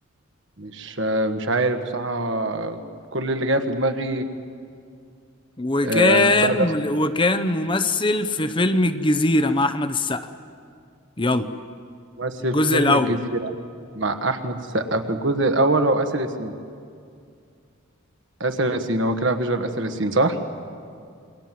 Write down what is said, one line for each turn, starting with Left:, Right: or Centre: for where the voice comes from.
Right: مش آه، مش عارف بصراحة كل اللي جاي في دماغي
Left: وكان
Right: آه، بتاع ده
Left: وكان ممثل في فيلم الجزيرة مع أحمد السقا يلا
Right: ممثل
Left: الجزء
Right: في فيلم
Left: الأول
Right: الجزيرة مع أحمد السقا في الجزء الأول هو آسر ياسين آسر ياسين هو كده مفيش غير آسر ياسين صح؟